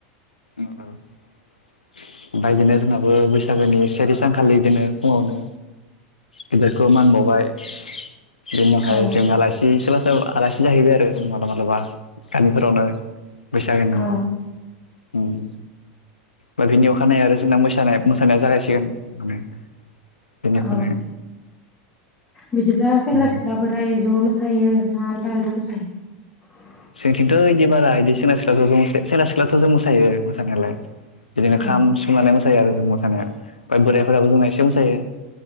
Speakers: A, on the left; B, on the left.
A: ओमफाय एदिनो जोंनाबो बैसागोनि सेथि सानखालि बिदिनो फुङावनो गिदिरखौ मानबावबाय बिनिनावहाय
B: औ
A: जों आलासि सोला आलासि जाहबाय आरो जों मालाब मालाबा। गामिफोरावनो बैसागोनि नामाव।
B: औ
A: उम बा बेनि अखानायै आरो <unintelligible> मोसानाय मोसानाया जागायसिगोन
B: औ
A: <unintelligible>
B: बिदिब्ला सेंग्रा
A: उम
B: सिख्ला बोराय ज' मोसायो? ना आलदा आलदा मोसायो?
A: जोंथिंथ' इदि बारा इदि सेंग्रा सिख्ला ज' ज' मोसायो सेंग्रा सिख्लाथ' जों मोसायो मोसानायालाय बिदिनो खाम
B: औ
A: सिफुं लाना मोसायो आरो जों मोसानाया ओ बोरायफोराबो जोंना एसे मोसायो